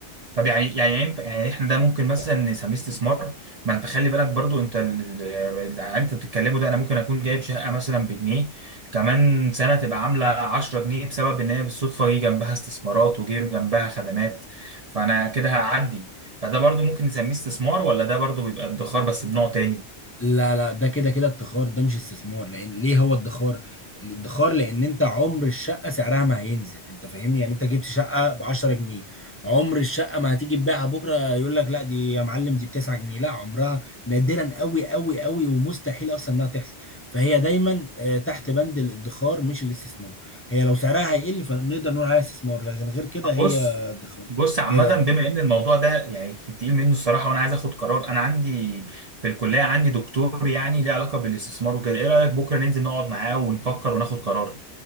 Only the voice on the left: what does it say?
لا لا ده كده كده ادخار ده مش استثمار لان ليه هو ادخار الادخار لان انت عمر الشقه سعرها ما هينزل انت فاهمني يعني انت جبت شقه ب 10 جنيه عمر الشقه ما هتيجي تبيعها بكره يقول لك لا دي يا معلم دي ب 9 جنيه لا عمرها نادرا قوي قوي قوي ومستحيل اصلا انها تحصل فهي دايما آه، تحت بند الادخار مش الاستثمار هي لو سعرها هيقل فنقدر نقول عليها استثمار لكن غير كده هي
ادخار
آه،